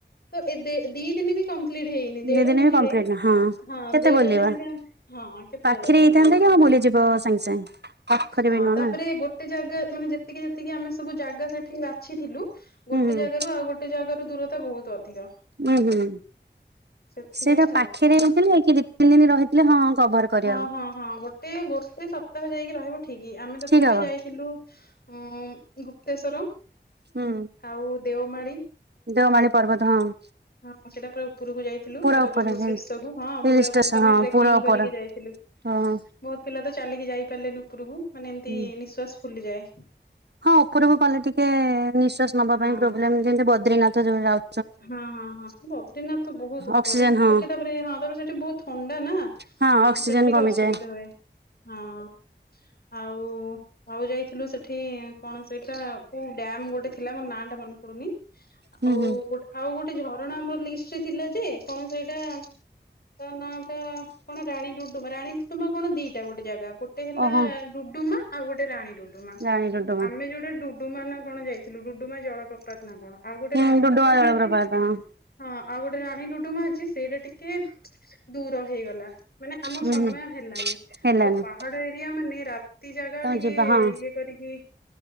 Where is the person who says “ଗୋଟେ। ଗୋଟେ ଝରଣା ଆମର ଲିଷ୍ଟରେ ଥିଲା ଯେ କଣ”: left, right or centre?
Left